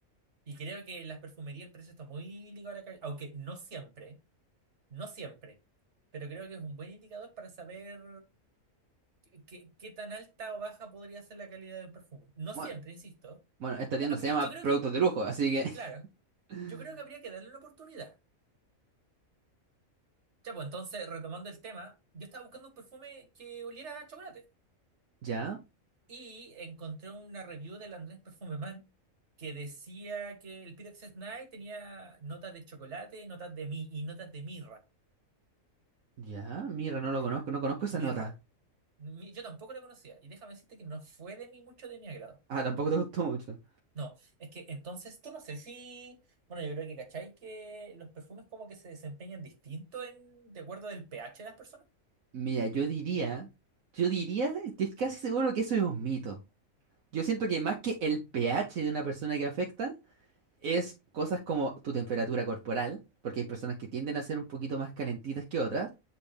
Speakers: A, on the right; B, on the right.
A: y creo que en las perfumerías el precio está muy ligado a la calidad, aunque no siempre. No siempre, pero creo que es un buen indicador para saber qué, qué- qué tan alta o baja podría ser la calidad del perfume. No
B: Bueno,
A: siempre, insisto.
B: bueno, esta tienda
A: Habría-
B: se llama
A: yo creo
B: Productos
A: que,
B: de Lujo, así que...
A: claro,
B: <laughs>
A: yo creo que habría que darle una oportunidad. Ya, pues entonces, retomando el tema, yo estaba buscando un perfume que oliera a chocolate
B: Ya,
A: y encontré una review del Andrés Perfume Man que decía que el Pyrex Night tenía notas de chocolate, notas de mi y notas de mirra.
B: ya, mira, no
A: ¿Ya?
B: lo conozco, no conozco esa
A: Mirra.
B: nota.
A: Ni- Yo tampoco la conocía. Y déjame decirte que no fue de mí mucho de mi agrado.
B: Ah, tampoco te gustó mucho.
A: No, es que entonces tú no sé si. Bueno, yo creo que cachai que los perfumes como que se desempeñan distinto en... de acuerdo del pH de las personas.
B: Mira, yo diría, yo diría, estoy casi seguro que eso es un mito. Yo siento que más que el pH de una persona que afecta, es cosas como tu temperatura corporal, porque hay personas que tienden a ser un poquito más calentitas que otras,